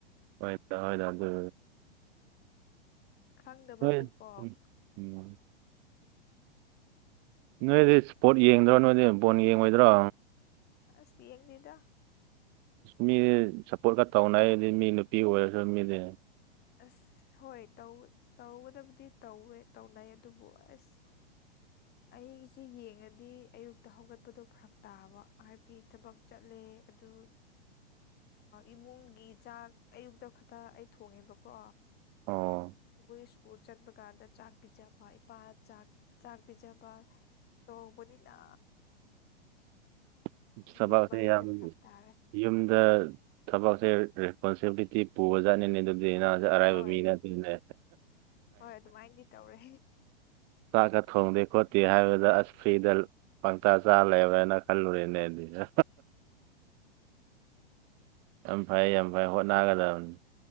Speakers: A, on the right; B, on the left.
A: ꯍꯣꯏꯗ ꯍꯗ ꯑꯗꯨ
B: ꯈꯪꯗꯕ
A: ꯍꯣꯏ
B: ꯕꯨꯀꯣꯛ
A: ꯎꯝ ꯎꯝ ꯅꯣꯏꯗꯤ ꯏꯁꯄꯣꯔꯠ ꯌꯦꯡꯗ꯭ꯔꯣ ꯅꯣꯏꯗꯤ ꯕꯣꯟ ꯌꯦꯡꯉꯣꯏꯗ꯭ꯔꯣ
B: ꯑꯁ ꯌꯦꯡꯗꯤꯗ
A: ꯃꯤꯗꯤ ꯁꯞꯄꯣꯔꯠꯀ ꯇꯧꯅꯩꯗꯤ ꯃꯤ ꯅꯨꯄꯤ ꯑꯣꯏꯔꯁꯨ ꯃꯤꯗꯤ
B: ꯑꯁ ꯍꯣꯏ ꯇꯧ ꯇꯧꯗꯗꯤ ꯇꯧꯋꯦ ꯇꯧꯅꯩ ꯑꯗꯨꯕꯨ ꯑꯁ ꯑꯩꯁꯦ ꯌꯦꯡꯉꯗꯤ ꯑꯌꯨꯛꯇ ꯍꯧꯒꯠꯄꯗꯣ ꯐꯔꯛ ꯇꯥꯕ ꯍꯥꯏꯕꯗꯤ ꯊꯕꯛ ꯆꯠꯂꯦ ꯑꯗꯨ ꯏꯃꯨꯡꯒꯤ ꯆꯥꯛ ꯑꯌꯨꯛꯇ ꯈꯛꯇ ꯑꯩ ꯊꯣꯡꯉꯦꯕꯀꯣ
A: ꯑꯣ
B: ꯃꯈꯣꯏ ꯁ꯭ꯀꯨꯜ ꯆꯠꯕ ꯀꯥꯟꯗ ꯆꯥꯛ ꯄꯤꯖꯕ ꯏꯄꯥ ꯆꯥꯛ ꯆꯥꯛ ꯄꯤꯖꯕ ꯇꯧꯕꯅꯤꯅ
A: <unintelligible> ꯊꯕꯛ
B: ꯌꯦꯡꯕ
A: ꯑꯁꯦ
B: ꯍꯥꯏꯁꯦ
A: ꯌꯥꯝ
B: ꯐꯔꯛ ꯇꯥꯔꯦ
A: ꯌꯨꯝꯗ ꯊꯕꯛꯁꯦ ꯔꯦꯁꯄꯣꯟꯁꯤꯕꯤꯂꯤꯇꯤ ꯄꯨꯕꯖꯥꯅꯤꯅꯦ ꯑꯗꯨ ꯑꯔꯥꯏꯕ
B: ꯍꯣꯏ
A: ꯃꯤꯅ ꯑꯗꯨꯅꯦ
B: ꯍꯣꯏ ꯑꯗꯨꯃꯥꯏꯅꯗꯤ ꯇꯧꯔꯦ
A: ꯆꯥꯛꯀ ꯊꯣꯡꯗꯦ ꯈꯣꯠꯇꯦ ꯍꯥꯏꯕꯗ ꯑꯁ ꯐ꯭ꯔꯤꯗ ꯄꯪꯇꯥ ꯆꯥ ꯂꯩꯕꯅ ꯈꯜꯂꯨꯨꯔꯦꯅꯦ ꯂꯩ ꯌꯥ ꯌꯥꯝ ꯐꯩ ꯌꯥꯝ ꯐꯩ ꯍꯣꯠꯅꯒꯗꯕꯅꯤ